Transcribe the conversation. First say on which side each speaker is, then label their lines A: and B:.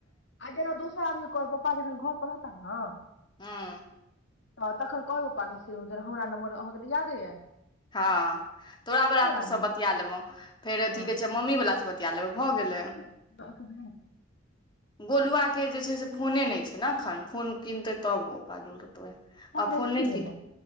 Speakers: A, on the left; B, on the left.
A: आ जेना दोसर आदमी कॉल पप्पा जखन घर पर रहता ने
B: हँ
A: तऽ तखन कहबै पप्पा के जे हमरा नम्बर अहाँके तऽ यादे अइ
B: हँ तोरा बला
A: आदमी
B: से बतिया लेबहु फेर अथी
A: हँ
B: कहे छै मम्मी वला सँ बतिया लेबय भऽ गेल लै
A: आ
B: <inaudible> गोलुआ के जे छै से फोने नहि छै ने एखन फोन ओ किनतै तब ओकरा जोड़बै ओ
A: कोन रहै
B: फोन
A: से की
B: नहि
A: भेलै
B: कीन